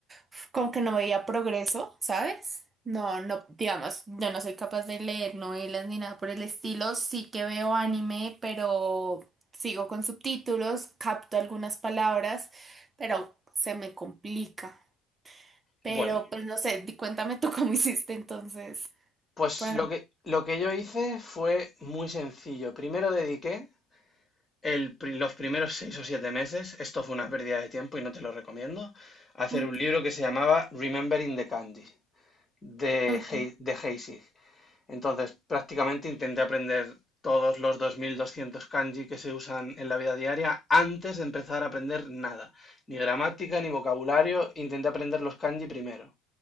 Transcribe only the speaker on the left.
Bueno,
Pues
lo que, lo que yo hice fue muy sencillo. Primero dediqué el pri- los primeros seis o siete meses, esto fue una pérdida de tiempo y no te lo recomiendo, a hacer
un libro que se llamaba Remembering the Candy de,
Hei- de Heisig. Entonces, prácticamente intenté aprender todos los 2200 kanji que se usan en la vida diaria antes de empezar a aprender nada, ni gramática ni vocabulario, intenté aprender los kanji primero.